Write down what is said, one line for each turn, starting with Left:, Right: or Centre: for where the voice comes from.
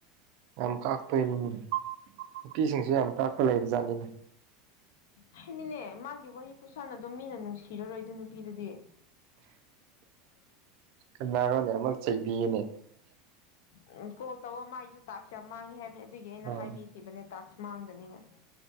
Right: ꯌꯥꯝ ꯀꯥꯛꯄꯩꯅꯤ ꯅꯨꯄꯤꯁꯤꯡꯁꯨ ꯌꯥꯝ ꯀꯥꯛꯄ ꯂꯩꯕ ꯖꯥꯠꯅꯤꯅꯦ
Left: ꯍꯥꯏꯗꯤꯅꯦ ꯃꯥꯒꯤ ꯋꯥꯔꯤ ꯈꯨꯁꯥꯟꯅꯗꫭ ꯃꯤꯅ ꯅꯨꯡꯁꯤꯔꯔꯣꯏ ꯑꯗꯨ ꯅꯨꯄꯤꯗꯨꯗꯤ
Right: ꯀꯅꯥꯅꯣꯅꯦ ꯑꯃꯨꯛ ꯆꯩꯕꯤꯒꯅꯦ
Left: ꯎꯝ ꯀꯣꯜ ꯇꯧꯋꫭ ꯃꯥꯏꯁꯨ ꯇꯥꯛꯁꯦ ꯌꯥꯝ ꯃꯥꯡꯉꯦ ꯍꯥꯏꯕꯅꯦ ꯑꯗꯨꯒꯤ ꯑꯩꯅ
Right: ꯑꯥ
Left: ꯍꯥꯏꯕꯤꯈꯤꯕꯅꯦ ꯇꯥꯛꯁ ꯃꯥꯥꯡꯗꯅꯤꯉꯥꯏ